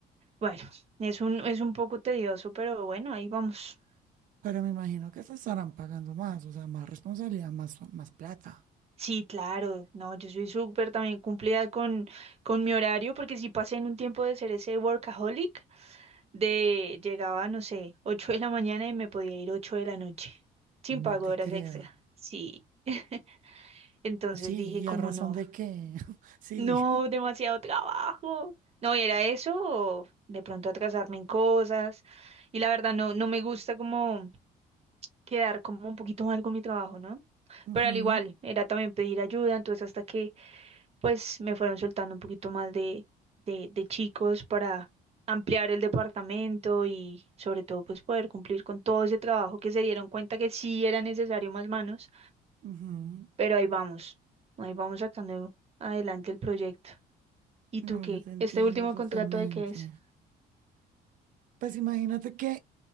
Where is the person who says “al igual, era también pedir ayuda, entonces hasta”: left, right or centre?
Right